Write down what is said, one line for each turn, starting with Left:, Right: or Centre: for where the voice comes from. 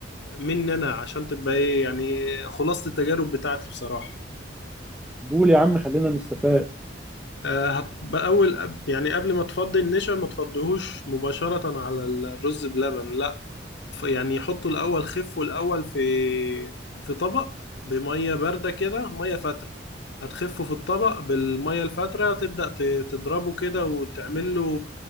Left: مني انا عشان تبقى ايه يعني خلاصة التجارب بتاعتي بصراحة
Centre: قول يا عم خلينا نستفاد
Left: آه، هت... اول قب- يعني قبل ما تفضي النشا ما تفضيهوش مباشرة على الرز بلبن لا ف- يعني حطه الاول خفه الاول في في طبق بمية باردة كده مية فاترة هتخفه في الطبق بالمية الفاترة تبدأ ت- تضربه كده وتعمل له